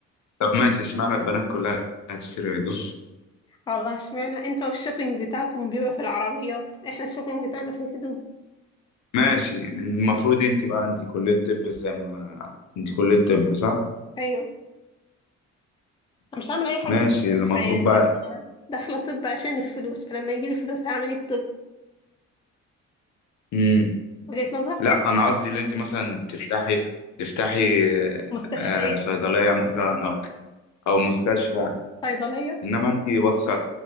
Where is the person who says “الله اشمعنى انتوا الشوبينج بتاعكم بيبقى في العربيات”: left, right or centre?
Left